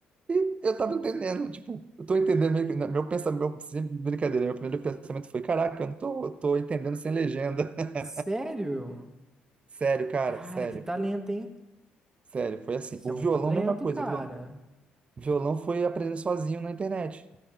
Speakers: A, on the right; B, on the right.
A: e eu tava entendendo, tipo, eu tô entendendo meio que- né, meu pensamento, meu, sem brincadeira, meu primeiro pensamento foi, caraca, eu não tô, eu tô entendendo sem legenda. <laughs>
B: Sério?
A: Sério, cara,
B: Cara,
A: sério,
B: que talento, hein?
A: sério, foi assim.
B: Isso
A: O
B: é um
A: violão,
B: talento,
A: mesma coisa,
B: cara.
A: viol- violão foi aprender sozinho na internet.